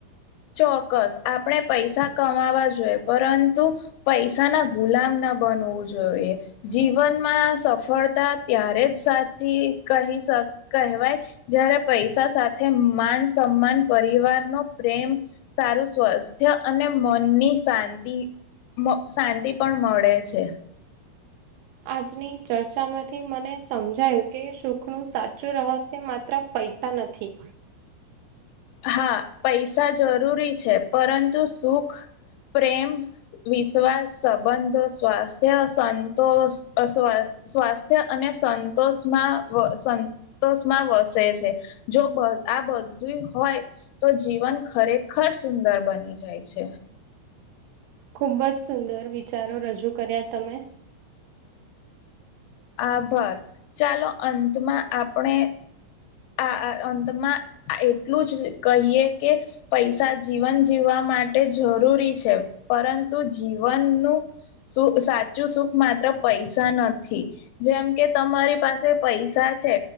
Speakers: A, on the left; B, on the right.
A: ચોક્કસ આપણે પૈસા કમાવા જોઈએ પરંતુ પૈસા ના ગુલામ ના બનવું જોઈએ જીવનમાં સફળતા ત્યારે જ સાચી કહી શકા કહેવાય જયારે પૈસા સાથે માન સમાન પરિવાર નો પ્રેમ સારું સ્વાસ્થ્ય અને મનની શાંતિ શાંતિ પણ મળે છે
B: આજની ચર્ચામાંથી મને સમજાયું કે સુખનું સાચું રહસ્ય માત્ર પૈસા નથી
A: હા પૈસા જરૂરી છે પરંતુ સુખ પ્રેમ વિશ્વાસ સંબંધો સ્વાસ્થ્ય સંતોષ અસ્વા સ્વાસ્થ્ય અને સંતોષમાં સંતોષ તોમાં વસે છે જો આ બધું હોય તો જીવન ખરેખર સુંદર બની જાય છે
B: ખૂબ જ સુંદર વિચારો રજૂ કર્યા તમે
A: આભર ચાલો અંતમાં આપણે આ અંતમાં એટલું જ કહીએ કે પૈસા જીવન જીવવા માટે જરૂરી છે પરંતુ જીવનનું સુ સાચું સુખ માત્ર પૈસા નથી જેમ કે તમારી પાસે પૈસા છે